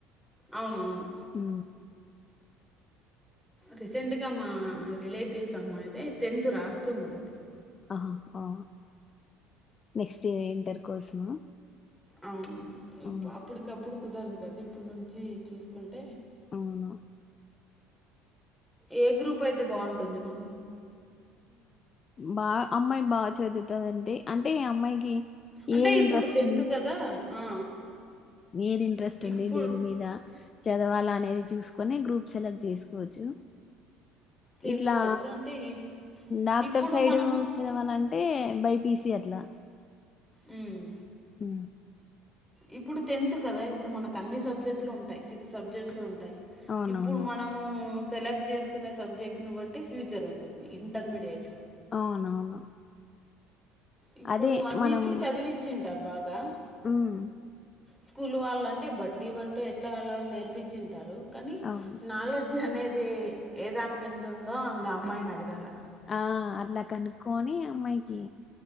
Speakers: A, in the centre; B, on the left.
A: అవునవును
B: ఉ
A: రీసెంట్గా మా రిలేటివ్స్ అమ్మాయిదే టెన్త్ రాస్తున్నది ఇప్పుడు
B: అహ హ నెక్స్ట్ ఇ ఇంటర్ కోసమా
A: అవునవును
B: ఆ,
A: అప్పటికప్పుడు కుదరదు కదా ఇప్పుడు నుంచి చూసుకుంటే
B: అవును
A: ఏ గ్రూప్ అయితే బాగుంటుంది మా
B: బాగా అమ్మాయి బాగా చదువుతందింటడి అంటే అమ్మాయికి
A: అంటే
B: ఏది
A: ఇప్పుడు
B: ఇంట్రెస్ట్
A: టెన్త్
B: ఉన్
A: కదా ఆ
B: ఏది ఇంట్రెస్ట్
A: ఇప్పుడు
B: ఉంది దేని మీద చదవాలా అనేది చూసుకొని గ్రూప్ సెలెక్ట్ చేసుకోవచ్చు
A: చేసుకోవచ్చు
B: ఇట్లా
A: అంటే ఈ-
B: డాక్టర్
A: ఇప్పుడు
B: సైడ్
A: మనము
B: చదవాలని అంటే బైపీసి అట్లా
A: హ్మ్మ్
B: అ
A: ఇప్పుడు టెన్త్ కదా ఇప్పుడు మనకు అన్ని సబ్జెక్ట్లు ఉంటాయి సిక్స్ సబ్జెక్ట్స్ ఉంటాయి
B: అవునవును
A: ఇప్పుడు మనము సెలెక్ట్ చేసుకునే సబ్జెక్ట్ను బట్టి ఫ్యూచర్ ఉంటుంది ఇంటర్మీడియట్లో
B: అవునవును
A: ఇప్పుడు
B: అదే
A: అన్నింటి
B: మనం
A: చదివిచ్చింటారు బాగా
B: ఉమ్
A: స్కూల్ వాళ్ళంటే బట్టి బట్టు ఎట్లా నేర్పించింటారు కానీ
B: అవును
A: నాలెడ్జ్ అనేది ఏదానిందు ఉందో ఇం అమ్మాయిని అడగాల
B: ఆ అట్లా కనుక్కొని అమ్మాయికి